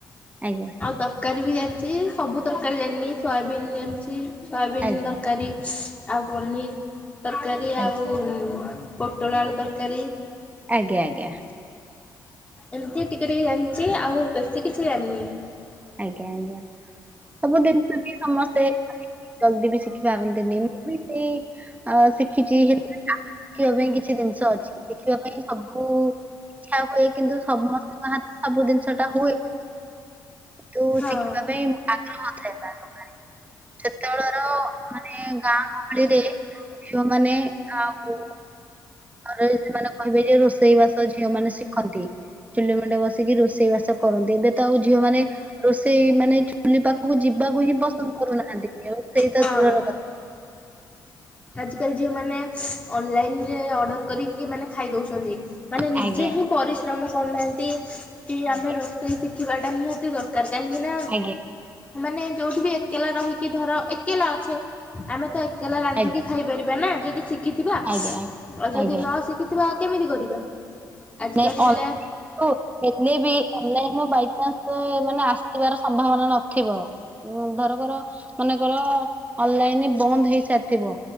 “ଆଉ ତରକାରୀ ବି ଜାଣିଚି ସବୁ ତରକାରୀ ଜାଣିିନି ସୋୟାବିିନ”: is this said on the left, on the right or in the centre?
Left